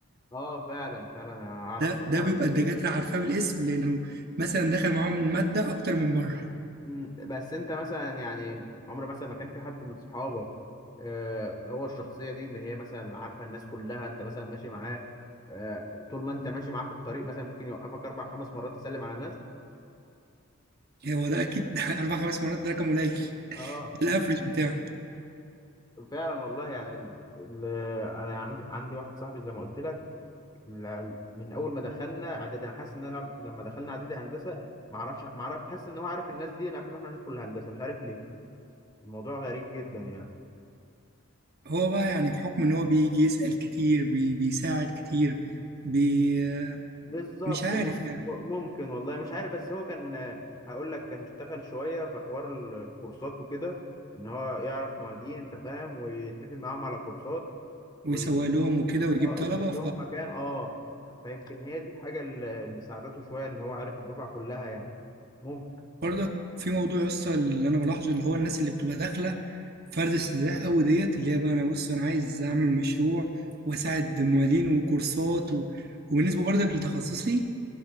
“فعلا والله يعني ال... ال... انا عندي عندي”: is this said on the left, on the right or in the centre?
Left